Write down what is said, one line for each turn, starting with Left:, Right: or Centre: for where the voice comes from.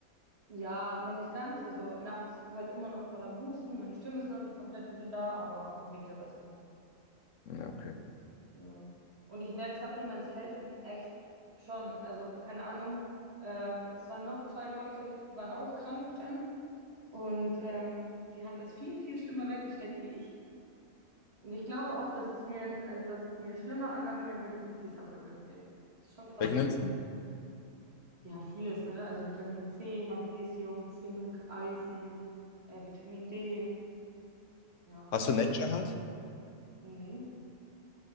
Right: Ja, noch nicht ganz. Also nachts halt immer noch voll am Husten. Meine Stimme ist noch nicht komplett wieder da, aber auf dem Weg der Besserung.
Left: Ja, okay.
Right: Ja. Und ich merke, Supplements helfen echt schon. Also keine Ahnung. Ähm, es waren noch zwei Leute, die waren auch krank dann. Und ähm, die haben das viel, viel schlimmer weggesteckt wie ich. Und ich glaube auch, dass es mir, also dass es mir schlimmer ergangen wäre, würde ich nicht die Supplements nehmen. Das ist schon krass.
Left: Welchen
Right: was-
Left: nimmst du?
Right: Ja, vieles, ne? Also Vitamin C, Magnesium, Zink, Eisen, äh, Vitamin D. Ja.
Left: Hast du Nature Hard?
Right: Nee.